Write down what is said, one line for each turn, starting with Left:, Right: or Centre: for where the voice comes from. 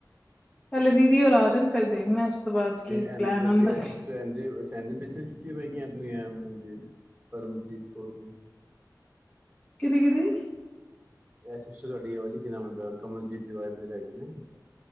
Left: ਪਲੇ ਦੀਦੀ ਹੋ ਆ ਜਾਣ। ਫਿਰ ਦੇਖਣੇ ਤੋਂ ਬਾਅਦ
Right: ਤੇ
Left: ਕੀ
Right: <unintelligible>
Left: ਪਲੈਨ ਆਉਂਦਾ
Right: ਕਹਿੰਦੇ ਵਿੱਚਥੇ ਛੁੱਟੀਆਂ ਪੈ ਗਈਆਂ ਆਪਣੀਆਂ ਪਰਮਜੀਤ ਕੌਰ ਦੀ
Left: ਕਿਦੀ ਕਿਦੀ
Right: ਇਹ ਸਿਸਟਰ ਤੁਹਾਡੀਲੀ ਕਿਨਾ ਬਤਦਾ ਕਮਲਜੀਤ ਦੀ ਵਾਈਫ ਜੇਹੜੇ ਹੈਗੇ ਨੇ।